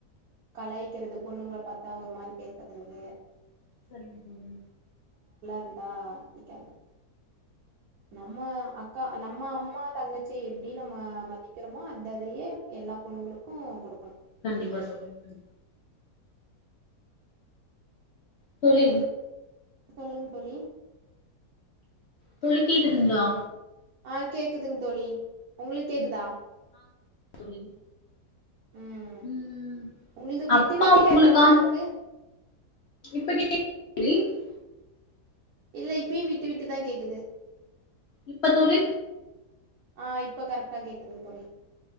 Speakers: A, on the right; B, on the left.
A: கலாய்கிறது பொண்ணுங்ள பாத்தா ஒரு மாரி பேசுறது
B: சரிங்க தோழி
A: தான் <unintelligible> நம்ம அக்கா நம் மா அம்மா தங்கச் இப்ப எப்டி நம்ம மதிக்கிறோமோ அந்த அதையே எல்லா பொண்ணுங்களுக்கும் கொடுக்
B: கண்டிப்பா சொல்றேன் தோழி தோழி
A: சொல்லுங்க தோழி
B: தோழி கேக்குதுங்களா
A: ஆஹ் கேக்குதுங்க தோழி உங்களுக்கு கேக்குதா
B: ம். தோழி
A: ம்
B: உம்
A: உங்கள்து விட்டு
B: அப்பா
A: விட்டு
B: உங்களுக்கான்
A: கேக்குற மார்ருக்கு
B: இப்ப கேக்கு <unintelligible>
A: இல்ல இப்பயும் விட்டு விட்டுதான் கேக்குது
B: இப்ப தோழி
A: ஆஹ் இப்போ கரெக்டா கேக்குதுங் தோழி